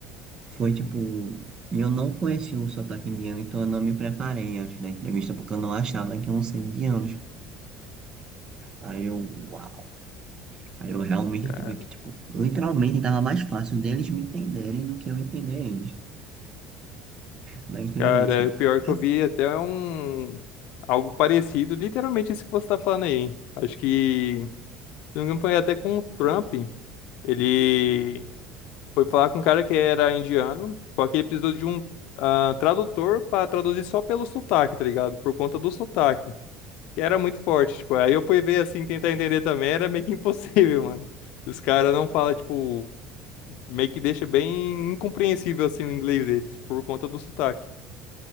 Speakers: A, on the right; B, on the left.
A: foi tipo. E eu não conhecia o sotaque indiano, então eu não me preparei antes da entrevista, porque eu não achava que iam ser indianos. Aí eu, uau. Aí eu realmente
B: Cara,
A: tive que, tipo, literalmente tava mais fácil deles me entenderem do que eu entender eles na entrevista.
B: cara, o pior
A: Mas,
B: que eu vi até é um... algo parecido, literalmente isso que você tá falando aí. Acho que, se não me engano, foi até com o Trump. Ele Foi falar com um cara que era indiano, só que ele precisou de um ah, tradutor pra traduzir só pelo sotaque, tá ligado? Por conta do sotaque, que era muito forte, tipo, aí eu fui ver assim, tentar entender também, era meio que impossível, <laughs> mano. Os caras não falam, tipo, meio que deixa bem incompreensível assim o inglês deles, por conta do sotaque.